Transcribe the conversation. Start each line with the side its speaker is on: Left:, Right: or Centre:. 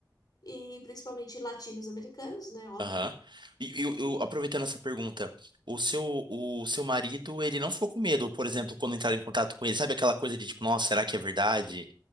Left: e principalmente latinos americanos, né? Óbvio.
Right: Aham. E eu, eu- aproveitando essa pergunta, o seu, o seu marido, ele não ficou com medo, por exemplo, quando entraram em contato com ele, sabe aquela coisa de tipo, nossa, será que é verdade?